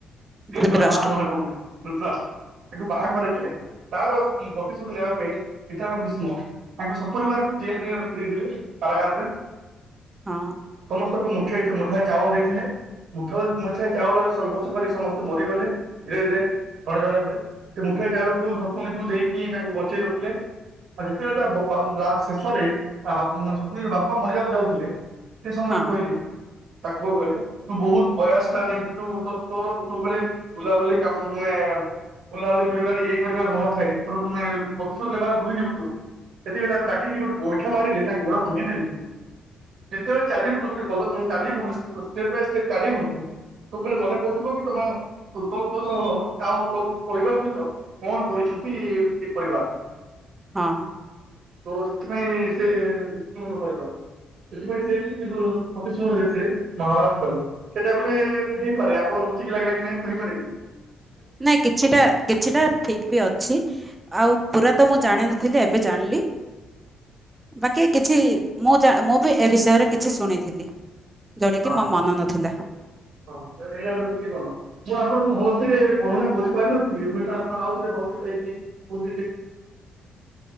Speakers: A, on the right; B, on the right.
A: ଧୃତରାଷ୍ଟ୍ର
B: ତା ନା ମନେ ପଡୁନି ଦୁତରାଷ୍ଟ୍ର ସେଠୁ ବାହା କରିଇଥିଲେ ତାର ପ୍ରତିଶୋଧ ନେବା ପାଇଁ ପିତା ମା ଭ୍ରୀଷ୍ମ ତାଙ୍କ ସପରିବାରକୁ ଜେଲ ରେ ରଖିଦେଇଥିଲେ କାରାଗାରରେ
A: ହଁ
B: ସମସ୍ତଙ୍କୁ ମୁଠେ ମୁଠାଏ ଚାଉଳ ଦେଇଥିଲେ। ମୁଠେ ମୁଠାଇ ଚାଉଳ ରେ ସଂଗର୍ଷ କରି ସମସ୍ତେ ମରିଗଲେ ଧୀରେ ଧୀରେ ଜଣ ଜଣ କରି। ସେ ମୁଠାଏ ଚାଉଳକୁ ଶକୁନିକୁ ଦେଇକି ତାଙ୍କୁ ବଞ୍ଚେଇ ରଖିଲେ। ଆଉ ଯେତେବେଳେ ତା ବାପା ଶେଷରେ ମାନେ ସକୁନି ର ବାପା ମରିବାକୁ ଯାଉଥିଲେ। ଏତେ ସମୟେ
A: ହଁ
B: କହିଲି ତାଙ୍କୁ କହିଲେ ତୁ ବହୁତ ପ୍ରୟାସ ଯେମିତି ତୁ ତୋର ସବୁବେଳେ ବୁଲାବୁଲି କାମ ମାନେ। ବୁଲାବୁଲି କରିବାରେ ଏକରିବାର ମନ ଥାଏ ମାନେ ପ୍ରଦୂଷଣ ଦବାରେ ଭୁଲିଯିବୁ ତୁ ସେଥିପାଇଁ ତାଙ୍କୁ ଡାକିକି ଗୋଟେ ଗୋଇଠ ମାରିଲ ତାଙ୍କ ଗୋଡ ଭାଙ୍ଗିଦଲେ କେତେବେଲେ ଚାଲିବୁ ତୁ ଗୋଟ ଷ୍ଟେପ ବାଏ ଷ୍ଟେପ ଚଲିବୁ ତୋ ମନେ ପଡୁଥିବ କି ତମ ତ ତୋ ସହ ଆଉ ତୋ ପରିବାର ସହିତ କ'ଣ କରିଛନ୍ତି ଏ ପରିବାର
A: ହଁ
B: ତ ସେଥିପାଇଁ ସେ ମାନକରିବନି ସେଥିପାଇଁ ସେ ଅଫିସମ ମହାହାରତ ସେଇଟା ଗୋଟେ ହେଇପାରେ ଆପଣ ରୁଚିକି ଲାଗିଲା କି ନହିଁ କହିପାରିବେ।
A: ନାହିଁ କିଛିଟା କିଛିଟା ଠିକ ବି ଅଛି ଆଉ ପୁରା ତ ମୁଁ ଜାଣିନଥିଲି ଏବେ ଜାଣିଲି। ବାକି କିଛି ମୁଁ ଯା ମୁଁ ବି ଏ ବିଷୟରେ କିଛି ଶୁଣିଥିଲି। ଯୋଉଟା କି
B: ହଁ
A: ମୋ ମନ ନଥିଲା।
B: ହଁ <inaudible> ଚୁଟିି କ'ଣ? ଯିଏ ଆପଣଙ୍କୁ ମସ୍ତରେ ବର୍ଣନା କରିପାରିନଥିଲି ହୁଏତ ଆପଣ ଆଉଥରେ ଯକି <unintelligible> ମୁଁ